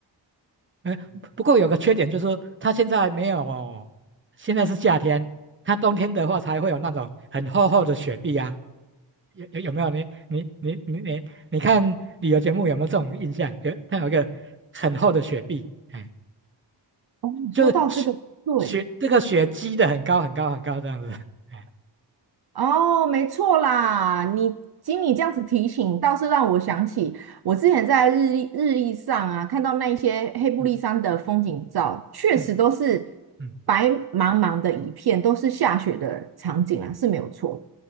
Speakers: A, on the right; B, on the right.
A: 哎，不过有个缺点就是，它现在没有，现在是夏天，它冬天的话才会有那种很厚厚的雪碧啊。有有有没有你你你你你你看旅游节目有没有这种印象？有，它有一个很厚的雪碧，哎，
B: 嗯说到这个，
A: 就是雪
B: 对。
A: 雪这个雪积的很高很高很高这样子。哎，
B: 哦，没错啦，你经你这样子提醒，倒是让我想起我之前在日历日历上啊，看到那一些黑布利山的风景照，
A: 嗯
B: 确实都是
A: 嗯嗯，
B: 白茫茫的一片，都是下雪的场景啊，是没有错。